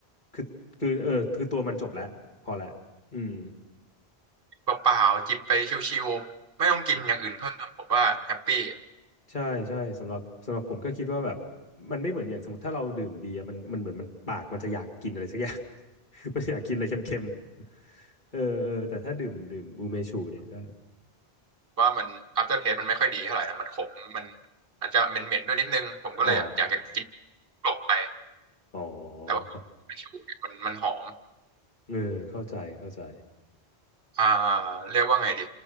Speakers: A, on the left; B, on the right.
A: คือคือเออคือตัวมันจบแล้วพอละอืม
B: เปล่าๆจิบไปชิวๆไม่ต้องกินอย่างอื่นเพิ่มผมว่าแฮปปี้
A: ใช่ใช่สำหรับสำหรับผมก็คิดว่าแบบมันไม่เหมือนอย่างสมมติถ้าเราดื่มเบียร์มันมันเหมือนมันปากมันจะอยากกินอะไรสักอย่าง <laughs> มันอยากกินอะไรเค็มๆเออเออแต่ถ้าดื่มดื่มอูเมชูเนี่ยก็
B: ว่ามัน after taste มันไม่ค่อยดีเท่าไหร่นะมันขมมันอาจจะเหม็นๆด้วยนิดนึงผมก็เลยแบบอยากจะกิน
A: อ๋อ
B: กลบไป
A: อ๋อ
B: แต่ว่า
A: เข้า
B: ชิวเนี่ยมันมันหอม
A: เออเข้าใจเข้าใจ
B: อ่าเรียกว่าไงดี